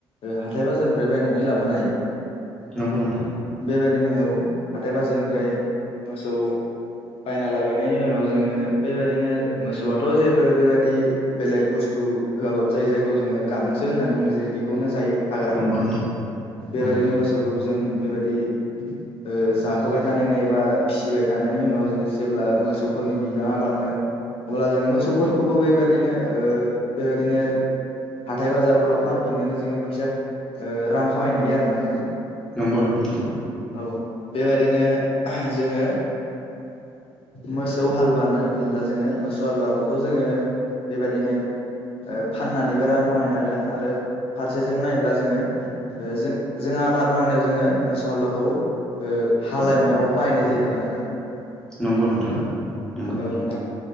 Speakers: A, on the left; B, in the centre.
A: हाथाय बाजारनिफ्राय बायनानै लाबोनो हायो
B: नंगौ नोंथां
A: बेबायदिनो औ हाथथाय बाजारनिफ्राय मोसौ बायना लाबायनायनि उनाव जोङो बेबायदिनो मोसौआथ' जेबो बेबायदि बेलेग बुस्थु होआबाबो जायो जायखौ जोङो गांसो होननानै बुंनाय जायो बेखौनो जायो हाग्राखौनो
B: नंगौ नोंथां
A: बेबायदिनो
B: नंगौ
A: मोसौखौ जों बेबायदि ओ जाहोबाय थानाय नै एबा फिसिबाय थानायनि उनाव जे-जेब्ला मोसौफोरनि बिबाङा बाङो अब्ला जों मोसौफोरखौबो बेबायदिनो बेबायदिनो हाथाय बाजारफोराव फानफिननानै जोङो फैसा रां ओ खामायनो हायो आरो ना नोंथां
B: नंगौ नंथां नंगौ
A: औ बेबादिनो जोङो मोसौ हालुवा होननानै बुङोब्ला जोङो मोसौ हालुवाखौथ' जोङो बेबायदिनो ओ फाननानैबो रां खामायनो हागोन आरो फारसे ज नायोब्ला जोङो जों आबाद मावनायाव जोङो मोसौ हालुवाखौ ओ हालेवनायाव बाहायनाय जायो आरो नोंथां
B: नंगौ नोंथां नंगौ
A: औ नोंथां